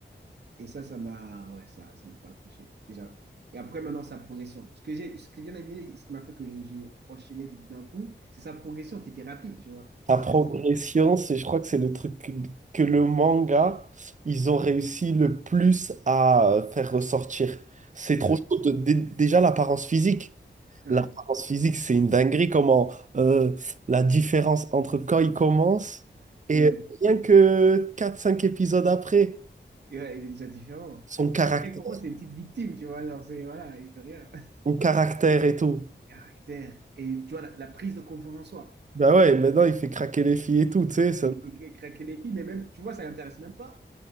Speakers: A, on the right; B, on the right.
A: Et ça, ça m'a ouais, ça, ça m'a fait accrocher, déjà. Et après, maintenant, sa progression. Ce que j'ai, ce qui est bien aimé, ce qui m'a fait que j'ai j'ai enchaîné d'un coup, c'est sa progression qui était rapide, tu vois.
B: La
A: C'est,
B: progression,
A: c'est-
B: c'est, je crois que c'est le truc que que le manga, ils ont réussi le plus à faire ressortir. C'est trop
A: Ouais,
B: chaud. de- dé- déjà, l'apparence physique.
A: ouais,
B: L'apparence physique, c'est une dinguerie. Comment euh, la différence entre quand il commence et
A: ouais.
B: rien que quatre cinq épisodes après,
A: Et ouais, il est déjà différent.
B: son caractère,
A: Parce que, comment c'est une petite victime, tu vois. Genre, c'est, voilà, il fait rien. <laughs>
B: son caractère et tout.
A: Caractère. Et tu vois, la, la prise de confiance en soi.
B: Ben ouais, maintenant, il fait craquer les filles et tout, tu sais. ça-
A: Et il fait craquer les filles, mais même, tu vois, ça l'intéresse même pas.